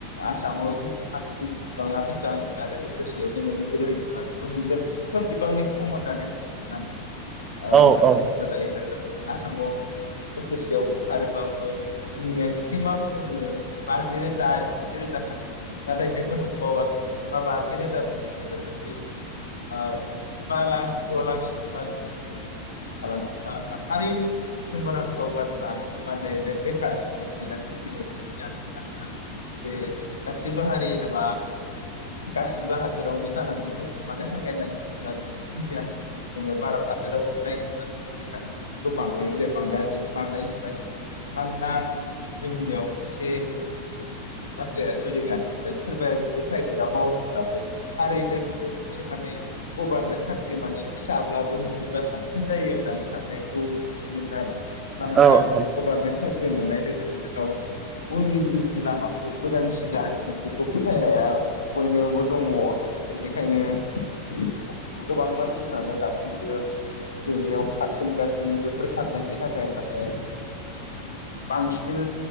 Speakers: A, on the left; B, on the right.
A: आसामाव जों साख्रि बिबाङा बेैसेबां ओंखारो बोसोरसेयाव जोङो नोजोर होयोबा नुनो मोनगोन खोब बिबांनि खम होननानै बुंनांगोन
B: औ
A: आरो
B: औ
A: ओ
B: औ
A: जों ओ दायो आसामाव बोसोरसेयाव ओंखारोबाबो मेक्सिमाम जोङो बाजि रोजा गुजि रोजा सा नाथाय बेबो नंबावासो बा बाजि रोजा द'जि रोजा थांदो। ओ जिबा लाख जिद' लाख सिम बा खालामा होनबा थारैनो सोमोनांथाव बाथ्रा माने बे बेखारनि जेंनाया जोंनियाव गामि ओनसोल बे गासिबो हारि एबा गासिबो हादोरावनो जानानै दङ मानो थाखाय होननानै बुङोब्ला इण्डियानि जोङो भारत हादरावबो नायोब्ला बेखारखौ बांनायनिफ्राय बां-बांनाय नुगासिनो। मानोना जोंनियाव मोनसे बाथ्राया सोलिगासिनो सोरबाया जुदि प्राइभेटआव मावोब्लाबो थारैनो बिबो मोनसे माने गभारमेन्ट साख्रि माने फिसाब्लाबो मोनोब्ला साबसिन जायो होननानै साननायखौ जों मोनो आरो मानोना
B: औ
A: गभारमेन्ट साख ख्रि मोननाय लोगो लोगो <unintelligible> उननि जिउनि लामाखौ मोजांसिन जाहैदों बेखौ फोथायनाया बयनियावबो दङ बेनिखायनो गोबां मानसिफ्रानो दासिमबो बेनियाव खारसोमगासिनो बेफोर खारनायनि थाखाय माने बांसिन